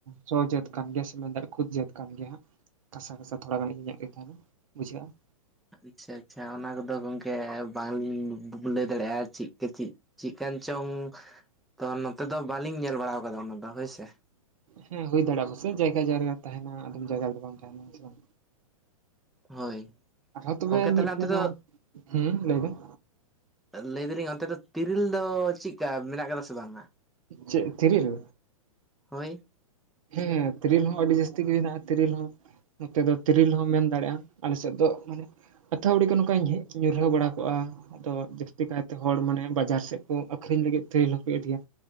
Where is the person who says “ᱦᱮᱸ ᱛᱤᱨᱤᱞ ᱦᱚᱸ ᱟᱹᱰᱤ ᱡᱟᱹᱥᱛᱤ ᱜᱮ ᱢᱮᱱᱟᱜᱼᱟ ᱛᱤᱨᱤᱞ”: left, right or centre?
Right